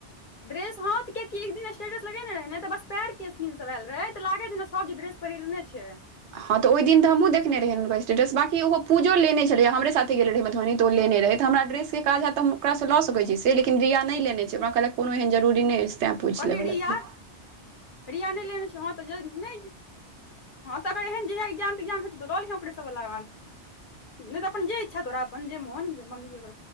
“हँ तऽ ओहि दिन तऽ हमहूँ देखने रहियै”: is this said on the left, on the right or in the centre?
Right